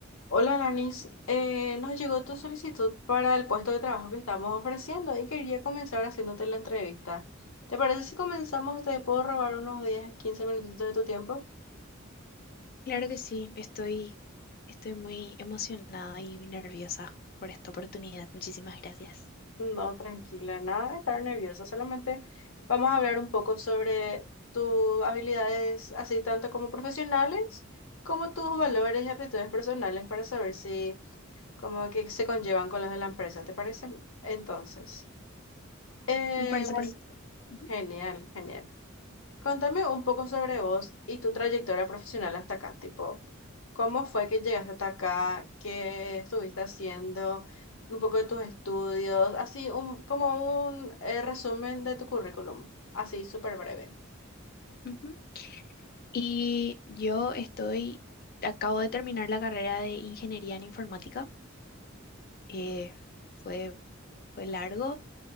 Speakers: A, on the left (about 75°); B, on the left (about 45°).
A: Hola, Lanis. Eh, nos llegó tu solicitud para el puesto de trabajo que estamos ofreciendo y quería comenzar haciéndote la entrevista. ¿Te parece si comenzamos? ¿Te puedo robar unos 10 15 minutitos de tu tiempo?
B: Claro que sí, estoy, estoy muy emocionada y muy nerviosa por esta oportunidad. Muchísimas gracias.
A: No, tranquila, nada de estar nerviosa. Solamente vamos a hablar un poco sobre tus habilidades, así tanto como profesionales, como tus valores y aptitudes personales para saber si como que se conllevan con los de la empresa. ¿Te parece? Entonces, eh,
B: Me parece
A: Vale.
B: perfecto. Ujú,
A: genial, genial. Contame un poco sobre vos y tu trayectoria profesional hasta acá, tipo, ¿cómo fue que llegaste hasta acá? ¿Qué estuviste haciendo? Un poco de tus estudios, así un, como un eh, resumen de tu currículum, así súper breve.
B: ujú. Y yo estoy, acabo de terminar la carrera de ingeniería en informática. Eh, fue, fue largo,